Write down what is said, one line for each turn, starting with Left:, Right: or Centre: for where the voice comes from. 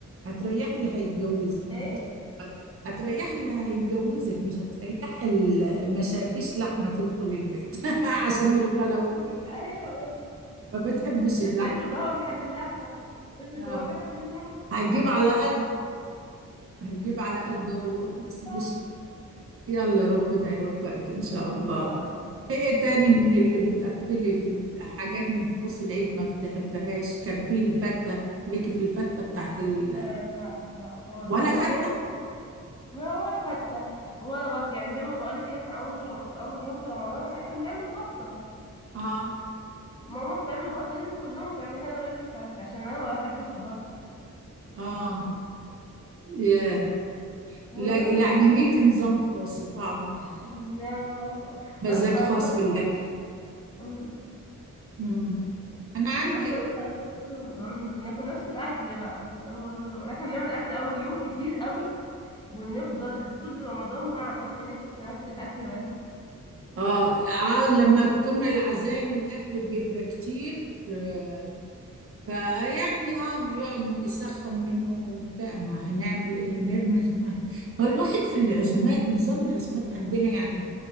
Right: هتريح اللي هيتجوزك
Left: ايه
Right: مفيش هتريح اللي هيتجوزك مش هتريح اللي ما شافيش لحمة تدخل البيت <laughs> عشان الغلا والبتاع
Left: ايوه
Right: ما بتحبش
Left: بس
Right: اللحم
Left: افرض هو بيحب اللحمه افرض
Right: آه.
Left: هو بيحب اللحمه
Right: هيجيب على قد هيجيب على قد هو بس مش
Left: صح
Right: يلا ربنا يوفقك إن شاء الله
Left: يا رب.
Right: في ايه تاني من اللي بتقفلي في الحاجات من طقوس العيد ما بتحبهاش كان في الفتة ليكي في الفتة بتاعت ال...
Left: لا لا لا خالص
Right: ولا
Left: هو
Right: فتة
Left: زي ما ما هو ولا فته ولا بط يعني زي ما بقولك كده احنا اول رم... اول يوم في رمضان احنا بنعمل بطه
Right: اه
Left: ماما بتعمل بطه ليهم كلهم وتعمل لي انا ورك فرخ عشان انا ما بحبش البط
Right: اه يا-
Left: ونفضل
Right: لا- يعني ليك نظام خاص طعم آه،
Left: لا، نظبط.
Right: مزاج
Left: بس بقى
Right: خاص في الأكل
Left: مم.
Right: مم. انا
Left: وبنفضل
Right: عندي
Left: بقى طول رمضان بناكل نفس الاكل بقى اللي هو طول رمضان احنا بنعمل اكل اول يوم كتير قوي ونفضل طول رمضان بقى عمالين بناكل في نفس الاكل بس
Right: اه اه لما كنا العزايم الاكل بيبقى كتير آه فيعني اه بيقعد نسخن منه وبتاع ما هنعمل ايه نرمي ما ما الواحد في العزومات نظام العزومات عندنا يعني